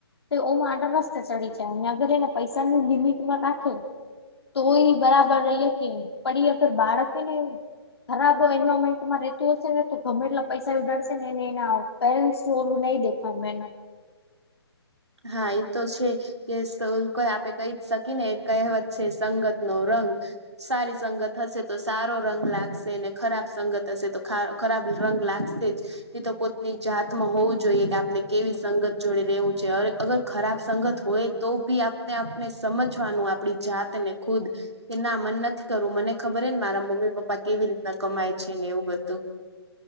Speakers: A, on the left (about 70°); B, on the right (about 85°).
A: તો ઓમ આડા રસ્તે ચડી જાય અને અગર એને પૈસાની લિમિટમાં રાખે તો એ બરાબર રહીએ કે પડી વગર બાળક છે ને ખરાબ એન્વાયરમેન્ટમાં રહેતું હશે ને તો ગમે એટલા પૈસા ઉડાડશે ને એને એના આવ પેરેન્ટ્સ વોલું નહી દેખા મે
B: હા ઈ તો છે કે કોઈ આપે કહી જ શકી ને કહેવત છે સંગત નો રંગ સારી સંગત હશે તો સારો રંગ લાગશે ને ખરાબ સંગત હશે તો ખ ખરાબ રંગ લાગશે ઈ તો પોતની જાત માં હોવું જોઈએ કે આપને કેવી સંગત જોડે રેવું જ્યારે અગર ખરાબ સંગત હોય તો બી આપને આપને સમજવાનું આપણી જાતને ખુદ. કે ના મને નથી કરવું મને ખબર હે ને મારા મમ્મી પપ્પા કેવી રીતના કમાય છે ને એવુ બધુ.